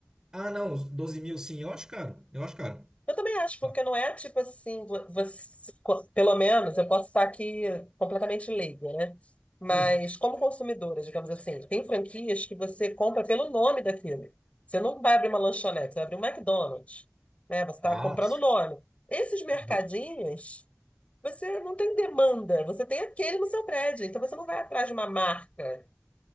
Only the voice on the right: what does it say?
Ah, não, os 12 mil sim, eu acho caro. Eu acho caro.
Ah,
hum.
Ah,
sim,
justo.